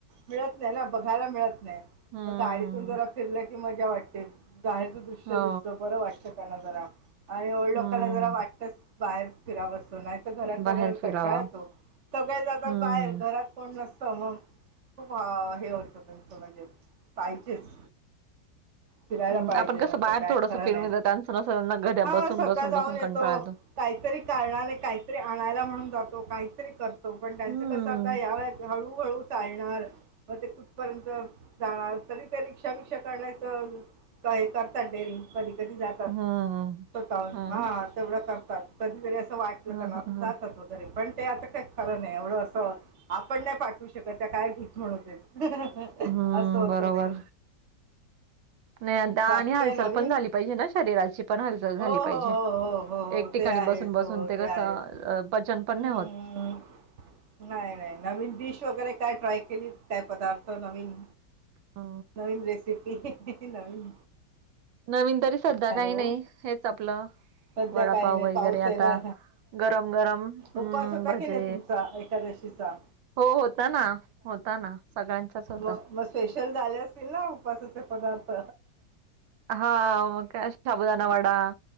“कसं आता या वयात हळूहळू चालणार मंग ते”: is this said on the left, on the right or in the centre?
Right